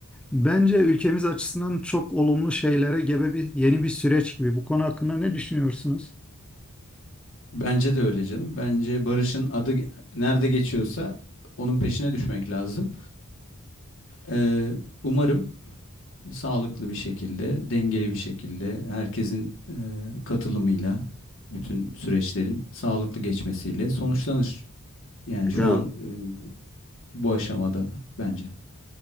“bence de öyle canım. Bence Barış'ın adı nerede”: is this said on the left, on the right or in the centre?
Left